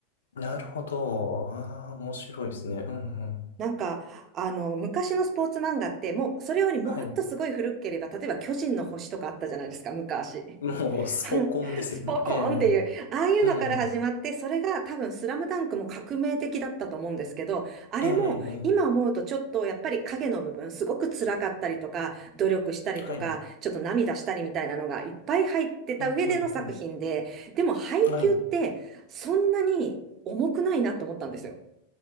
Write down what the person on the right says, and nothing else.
なんか、あの、昔のスポーツ漫画って、もう、それよりもっとすごい古ければ、
例えば巨人の星とかあったじゃないですか、昔。
<laughs> スポコーンっていう、
ああいうのから始まって、
それが多分スラムダンクも革命的だったと思うんですけど、あれも今思うとちょっとやっぱり影の部分、
すごく辛かったりとか、努力したりとか、
ちょっと涙したりみたいなのがいっぱい入ってた上での作品で、
でも配給ってそんなに重くないなと思ったんですよ。